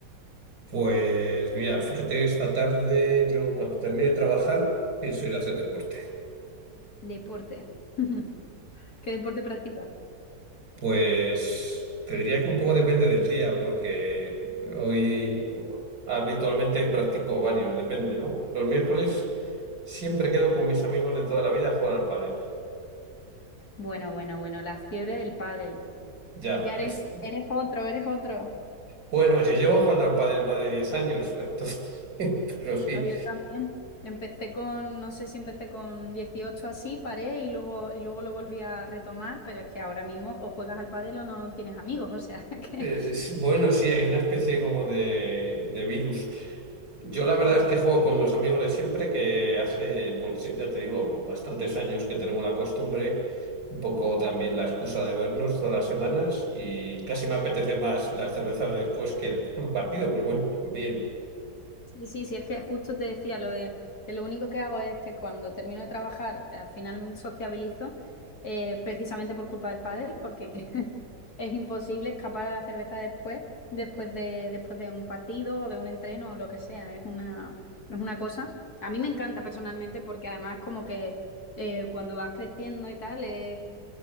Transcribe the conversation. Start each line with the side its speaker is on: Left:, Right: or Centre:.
Right: Pues mira, fíjate que esta tarde yo cuando termine de trabajar pienso ir a hacer deporte.
Left: Deporte. <laughs> ¿Qué deporte practicas?
Right: Pues te diría que un poco depende del día porque hoy ah, habitualmente practico varios, depende, ¿no? Los miércoles siempre quedo con mis amigos de toda la vida a jugar al pádel.
Left: Bueno, bueno, bueno, la fiebre del pádel.
Right: Ya,
Left: Ya
Right: es...
Left: eres, eres otro, eres otro.
Right: Bueno, yo llevo jugando al pádel más de 10 años, entonces, <laughs> pero sí,
Left: No, yo también. Empecé con, no sé si empecé con 18 así, paré y luego, y luego lo volví a retomar, pero es que ahora mismo o juegas al pádel o no tienes amigos, o sea <laughs> que...
Right: eh, sí, bueno, sí, hay una especie como de de virus. Yo la verdad es que juego con los amigos de siempre, que hace, pues sí, ya te digo, bastantes años que tenemos la costumbre, un poco también la excusa de vernos todas las semanas y casi me apetece más la cerveza de después que el <laughs> partido, pero bueno, también.
Left: Sí, sí, sí, es que justo te decía lo de que lo único que hago es que cuando termino de trabajar, al final sociabilizo, eh, precisamente por culpa del pádel, porque <laughs> es imposible escapar a la cerveza después, después de, después de un partido o de un entreno o lo que sea. Es una, es una cosa. A mí me encanta personalmente porque además como que eh, cuando vas creciendo y tal, es